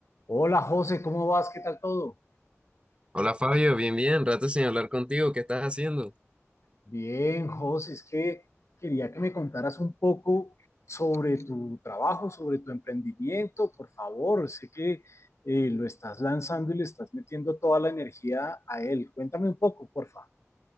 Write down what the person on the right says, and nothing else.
Hola Fabio, bien, bien, rato sin hablar contigo, ¿qué estás haciendo?